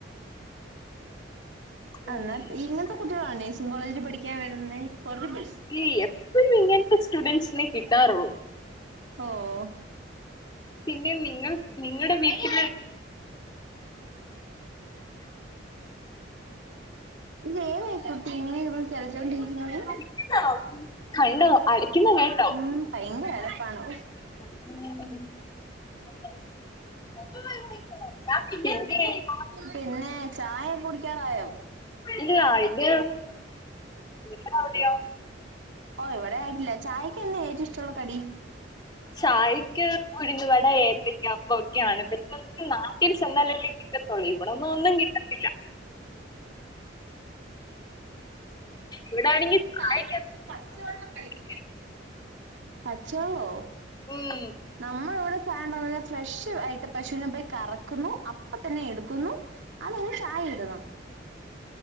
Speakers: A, on the left (about 25°); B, on the right (about 85°).
A: ഉം.
B: അന്നാ ഇങ്ങൻത്തെ കുട്ടികളാണ് നേഴ്സിംഗ് കോളേജിൽ പഠിക്കാൻ വരുന്നെ കൊറ്ള്പിസ്
A: ഈ എപ്പഴും ഇങ്ങൻത്തെ സ്റ്റുഡൻസിനെ കിട്ടാറുള്ളൂ
B: കിട്ടാറുള്ളു ഓഹ്
A: പിന്നെ നിങ്ങൾ നിങ്ങടെ വീട്ടില്
B: ഇത് യെതായികുട്ടി ഇങേനെ കെട്ന്ന് ചെലച്ചോണ്ടിരിക്കുന്നത്
A: <unintelligible> കണ്ടോ അലക്കുന്ന കേട്ടോ
B: ഉം ഭയങ്കര അലപ്പാണ്
A: ഏഹ്
B: പിന്നെ ചായകെ കുടിക്കാറായോ
A: ഇല്ല ഇത് ഇവിടെ അവിടെയോ
B: ഓ ഇവിടെ ആയിട്ടില്ല ചായക്കെ ന്നാ ഏറ്റവും ഇഷ്ടള്ള കടി
A: ചായ്ക്ക് ഉയ്ന്ന് വട ഏത്തക്ക അപ്പോക്കെയാണ് പിന്നെ നാട്ടിൽ ചെന്നാൽ കെത്തോള്ളീം ഇവിടെന്നും ഒന്നും കിട്ടത്തില്ല ഇവിടെ
B: ഇവിടാണങ്കി
A: ആണെങ്കിൽ
B: ച്ചായക്ക്
A: ചായക്ക്
B: പച്ചവെള്ളം കലക്കി
A: തരും.
B: തെരും പച്ച വെള്ളോ
A: ഉം
B: നമ്മള് വിടെ ചായണ്ടക്കന്ന ഫ്രഷ് ആയിട്ട് പശുവിനെ പോയി കറക്കുന്നു അപ്പ തന്നെ എടുക്കുന്നു അതെയ്ഞ് ചായ ഇടുന്നു